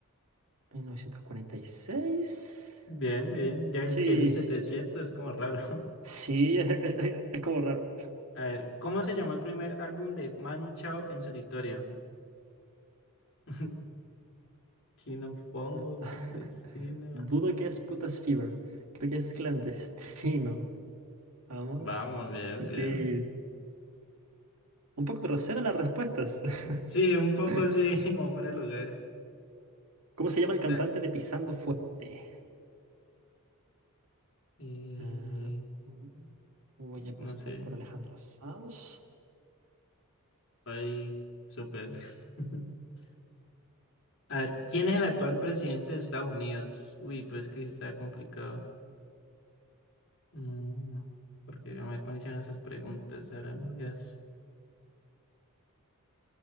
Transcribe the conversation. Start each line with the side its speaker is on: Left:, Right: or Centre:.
Right: mil novecientos cuarenta y seis?
Left: Bien, bien. Ya
Right: Sí,
Left: es que 1700 es como raro.
Right: sí, <laughs> es como raro.
Left: <laughs> A ver, ¿cómo se llamó el primer álbum de Manu Chao en solitario? <laughs> King of Bongo,
Right: Eh, <laughs>
Left: clandestina.
Right: Dudo que es putas fever. Creo que es clandestino. Vamos.
Left: Vamos, bien,
Right: Sí,
Left: bien.
Right: un poco grosera las respuestas.
Left: Sí, un poco
Right: <laughs>
Left: sí <laughs> como fuera el lugar.
Right: ¿Cómo se llama el cantante
Left: Dale.
Right: de Pisando Fuerte?
Left: Eh,
Right: Ah, mm, voy a apostar
Left: no sé.
Right: por Alejandro Sanz.
Left: Ay, súper. <laughs> A ver, ¿quién es el actual presidente de Estados Unidos? Uy, pues que está complicado. Mm, porque yo me ponían esas preguntas, ahora mías.